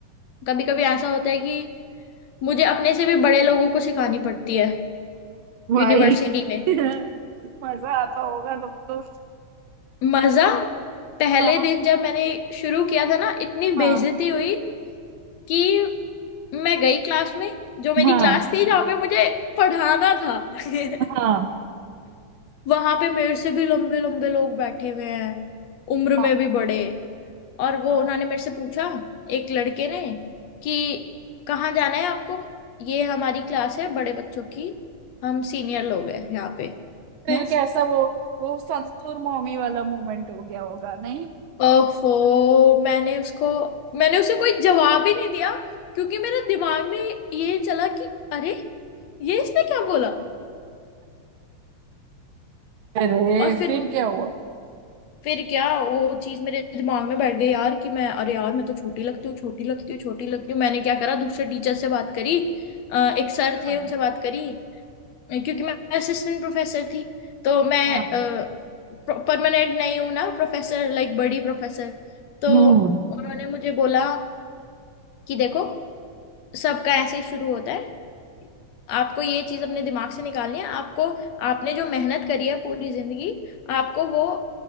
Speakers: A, on the left; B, on the right.
A: कभी कभी ऐसा होता है कि मुझे अपने से भी बड़े लोगों को सिखानी पड़ती है
B: भाई
A: यूनिवर्सिटी में
B: <laughs> मजा आता होगा तब तो
A: मजा पहले
B: हाँ
A: दिन जब मैंने शुरू किया था ना इतनी
B: हाँ
A: बेइज्जती हुई कि मैं गई क्लास में जो मेरी
B: हाँ
A: क्लास थी जहाँ पे मुझे पढ़ाना था <laughs>
B: हाँ
A: वहां पे मेरे से भी लंबे लंबे लोग बैठे हुए हैं उम्र
B: हाँ
A: में भी बड़े और वो
B: हाँ
A: उन्होंने मेरे से पूछा एक लड़के ने कि कहाँ जाना है आपको ये हमारी क्लास है बड़े बच्चों की हम सीनियर लोग हैं यहाँ पे
B: फिर
A: हैं
B: कैसा वो वो संतूर मॉमी वाला मोमेंट हो गया होगा नहीं
A: ओफो मैंने उसको मैंने उसे कोई जवाब ही नहीं दिया क्योंकि मेरे दिमाग में ये चला कि अरे ये इसने क्या बोला
B: अरे
A: और फिर
B: फिर क्या हुआ
A: फिर क्या वो चीज मेरे दिमाग में बैठ गई यार कि मैं अरे यार मैं तो छोटी लगती हूँ छोटी लगती हूँ छोटी लगती हूँ मैंने क्या करा दूसरे टीचर से बात करी अ, एक सर थे
B: हाँ
A: उनसे बात करी क्योंकि मैं असिस्टेंट प्रोफेसर थी तो मैं
B: हाँ
A: परमानेंट नहीं हूँ ना प्रोफेसर लाइक बड़ी प्रोफेसर तो
B: हम्म
A: उन्होंने मुझे बोला कि देखो सबका ऐसे ही शुरू होता है आपको ये चीज अपने दिमाग से निकालनी है आपको आपने जो मेहनत करी है पूरी जिंदगी आपको वो